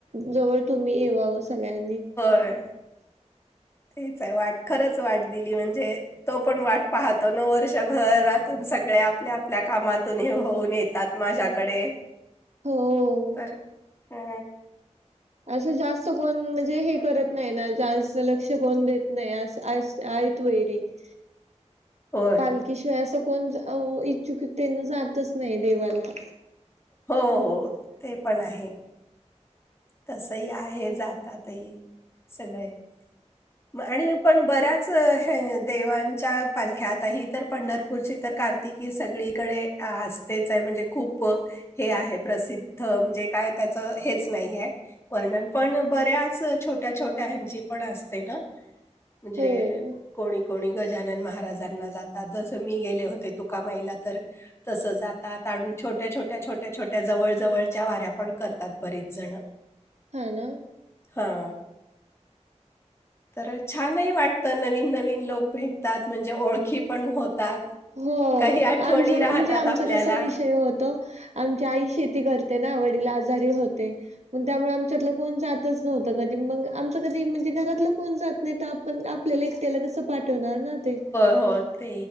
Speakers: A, on the right (about 65°); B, on the left (about 20°).
A: जवळ तुम्ही येवावं सगळ्यांनी
B: होय तेच आहे वाट खरंच वाट दिली म्हणजे तो पण वाट पाहतो न वर्षभरातून सगळे आपल्या आपल्या कामातून हे होऊन येत तातमाझ्याकडे
A: हो
B: तर हा
A: असं जास्त कोण म्हणजे हे करत नाही ना जास्त लक्ष कोण देत नाही अस आहेत वैरी <inaudible>
B: होय.
A: पालखीशिवाय असं कोण इच्छुकतेन जातच नाही देवाला
B: हो हो ते पण आहे तसही आहे जातातही सगळे
A: ह
B: ग आणि पण बऱ्याच हे देवांच्या पालख्यात ह तर पंढरपूरची तर कार्त की सगळीकडे असतेच आहे म्हणजे खूप हे आहे प्रसिद्ध म्हणजे काय त्याच हेच नाहीये वर्णन पण बऱ्याच छोट्या छोट्या ह्यांची पण असते ना म्हणजे
A: हो
B: कोणी कोणी गजानन महाराजांना जातात जसं मी गेले होते तुकामाईला तर तसच आता तणून छोट्या छोट्या छोट्या छोट्या जवळ जवळच्या वाऱ्या पण करतात बरीच जण
A: हा ना
B: हा तर छानही वाटतं नवीन नवीन लोक भेटतात म्हणजे ओळखी पण होतात
A: हो
B: काही आठवणी
A: आमच म्हणजे
B: राहतात
A: आमच
B: आपल्याला.
A: कसा विषय होत आमची आई शेती करते आव आजारी हो त्यामुळे आमच्यात कोण जातच नव्हत कधी आ कधी म्हणजे घरातलं कोण जात नाही तर आपण आपल्याला एकट्याला कसं पाठवणार ना ते
B: हो ते